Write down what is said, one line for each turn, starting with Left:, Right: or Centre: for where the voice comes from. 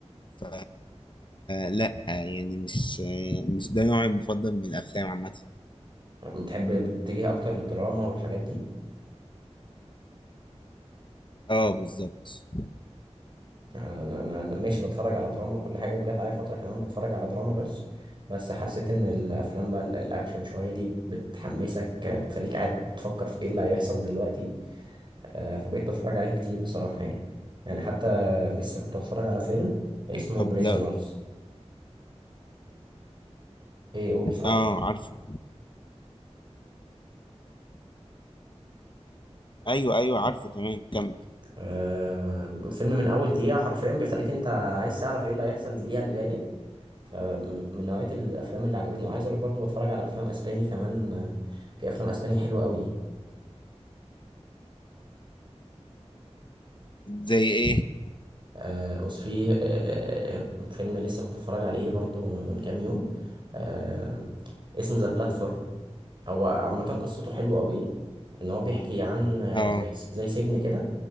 Left: ف لا يعني مش مش ده نوعي المفضل من الافلام عامه
Right: بتحب بتتجه اكتر للدراما والحاجات دي
Left: اه بالظبط
Right: انا انا أنا ماشي بتفرج على دراما وكل حاجه وجات عليا فتره كمان بتفرج على دراما بس بس حسيت ان الافلام بقى ال- الاكشن شويه دي بتحمسك آه، بتخليك قاعد بتفكر في ايه اللي هيحصل دلوقتي آه، فبقيت بتفرج عليها كتير بصراحه يعني يعني حتى لسه كنت بتفرج على فيلم اسمه
Left: طب
Right: بريزونرز
Left: لا
Right: ايه قول سامعك
Left: اه عارفه ايوه ايوه عارفه تمام كمل
Right: آه فيلم من اول دقيقه حرفيا بيخليك انت عايز تعرف ايه اللي هيحصل الدقيقه اللي جايه فمن نوعيه الافلام اللي عجبتني وعايز اقول لك برضو بتفرج على افلام اسباني كمان آه، في افلام اسباني حلوه قوي
Left: زي ايه
Right: آه بص في آه فيلم لسه كنت بتفرج عليه برضه من كام يوم آه اسمه ذا بلاتفورم هو عامة قصته حلوة قوي ان هو بيحكي عن آه،
Left: اه
Right: زي زي سجن كده